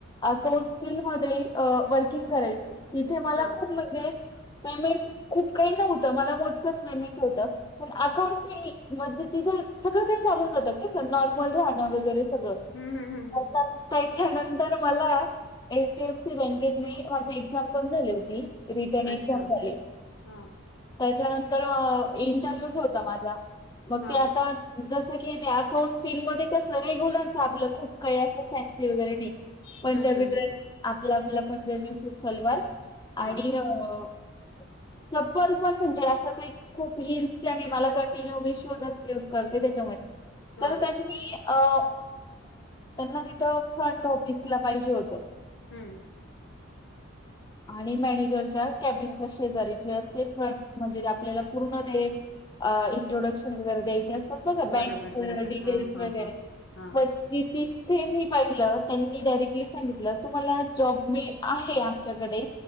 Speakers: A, on the left; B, on the left.
A: कान्सि म <unintelligible> वर्किंग करायची तिथे मला
B: हा
A: खूप म्हणजे पेमेंट खूप काही नव्हतं मला मोजकच पेमेंट होत पण अकाऊंट मध्ये तिचं सगळ चांगलं होऊन जातं नॉर्मल राहण वगैरे सगळ
B: हम्म हम्म हम्म हम्म
A: का त्यानंतर मला एचडीएफसी बँकेत मे माझी एक्झाम पण झाली होती रिटर्न ऐकसात
B: अच्छा
A: झाले
B: हा
A: त्याच्यानंतर तर इंटरव्ह्यूच होता माझा मग
B: हा
A: ते आता जसं की अकाउंट फील मध्ये कसं रेग्युलर चाललं खूप काही असं फॅन्सी वगैरे नाही
B: हम्म
A: पंजाबी
B: हम्म हम्म.
A: ड्रेस आपलं आपलं पंजाबी सूट सलवार
B: हा
A: आणि अ चप्पल पण म्हणजे अस खूप हिल्स आणि मला कंटिन्यू मी शूजच यूज करते त्याच्यामध्ये
B: हा,
A: तर त्यांनी अ त्यांना तिथं फ्रंट ऑफिसला पाहिजे होतं
B: हम्म
A: आणि मॅनेजरच्या केबिनच्या शेजारीच असते फस्ट म्हणजे आपल्याला पूर्ण ते इंट्रोडक्शन वर द्यायचे अस फक्त बँक
B: बरोबर, बरोबर.
A: डिटेल्स
B: हां, हां,
A: वगैरे
B: हां, हां.
A: प किती ते मी पाहिलं त्यांनी डायरेक्टली सांगितलं तुम्हाला जॉब मी आहे आमच्याकडे